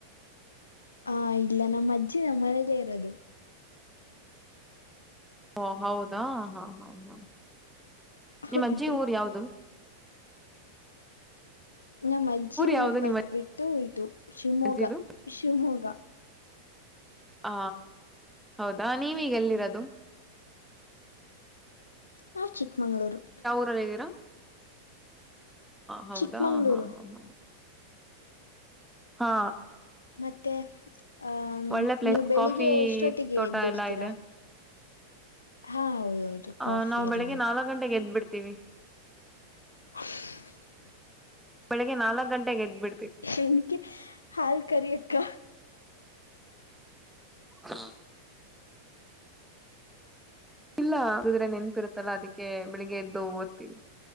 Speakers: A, on the left; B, in the centre.
A: ಹಾ ಇಲ್ಲ ನಮ್ಮ ಅಜ್ಜಿ ನಮ್ಮ ಮನೇಲ್ಲೇ ಇರೋದು.
B: ಓ ಹೌದಾ ಹಾ ಹಾ ಹಾ ನಿಮ್ಮಜ್ಜಿ
A: ಹೌದು
B: ಊರ್ ಯಾವ್ದು.
A: ನಮ್ಮ ಅಜ್ಜಿ ಊರ್
B: ಯಾವ್ದು
A: ಬಂದ್ಬಿಟ್ಟು
B: ನಿಮ್ಮ
A: ಇದು. ಶಿವಮೊಗ್ಗ
B: ಅಜ್ಜಿದು
A: ಶಿವಮೊಗ್ಗ.
B: ಹ ಹೌದಾ ನೀವೀಗ ಎಲ್ಲಿರೋದು.
A: ನಾ ಚಿಕ್ಕಮಂಗಳೂರು.
B: ಎಲ್ಲಿ ಇದೀರಾ ಹೌದಾ
A: ಚಿಕ್ಕಮಂಗ್ಳೂರು
B: ಹಾ ಹಾ ಹಾ.
A: <unintelligible>
B: ಹಾ
A: ಮತ್ತೆ ಅಹ
B: ಒಳ್ಳೆ ಪ್ಲೇಸ್
A: ನೀವು ಬೆಳಿಗ್ಗೆ
B: ಕಾಫಿ
A: ಎಷ್ಟೊತ್ತಿಗೆ
B: ತೋಟ
A: ಎದ್ದೇಳ್ತೀರಾ?
B: ಎಲ್ಲಾ ಇದೆ
A: ಹಾ ಹೌದೌದು
B: ಆ್
A: ಕಾಫಿ
B: ನಾವು ಬೆಳಗ್ಗೆ
A: ಎಲ್ಲ
B: ನಾಲ್ಕು ಗಂಟ ಗೆದ್ಬ ಬಿಡ್ತೀವಿ
A: ಹ
B: ಬೆಳಗ್ಗೆ ನಲ್ಕ ಗಟೆಗೆ ಎದ್ಬಿು
A: ಎನಕ್ಕೆ ಹಾಲ್ ಕರಿಕ್ಕ
B: ಹಾ ಇಲ್ಲ ಹಿದ್ರೆ ನೆನ್ಪಿ ಇರುತ್ತಲ್ಲಾ ಅದಕ್ಕೆ ಬೆಳಗ್ಗೆ ಎದ್ದ ದ್ತಿವಿ